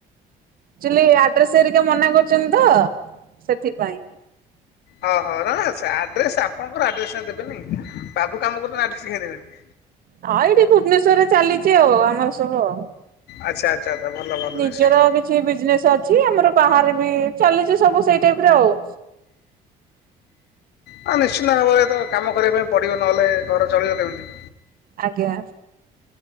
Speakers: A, on the right (about 60°); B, on the left (about 75°).
A: ଆକଚୁଳି ଆଡ୍ରେସ ଗୁଡିକ ମନା କରୁଛନ୍ତି ତ ସେଥିପାଇଁ।
B: ହଁ ହୋ ନା ସେ ଆଡ୍ରେସ ଆପଣଙ୍କର ଆଡ୍ରେସ ଟ ଦେବେନି ବାବୁ କାମ କରୁ ଆଡ୍ରେସ କାଇଁ ଦେବେନି।
A: ହଁ ଏଇଠି ଭୁବନେଶ୍ଵରରେ ଚାଲିଛି ଆଉ ଆମର ସବୁ ଆଉ।
B: ଆଚ୍ଛା। ଆଛା ଆଛା ଭଲ। ଭଲ
A: ନିଜର
B: ନିଶ୍ଚିନ୍ତ
A: କିଛି ବିଜନେସ ଅଛି ଆମର ବାହାରେ ବି ଚାଲିଛି ସବୁ ସେଇ ଟାଇପରେ ଆଉ।
B: ଆ ନିଶ୍ଚିନ୍ତ ଭାବରେ ତ କାମ କରିବା ପାଇଁ ପଡିବ ନହେଲେ ଘର ଚଳିବ କେମିତି?
A: ଆଜ୍ଞା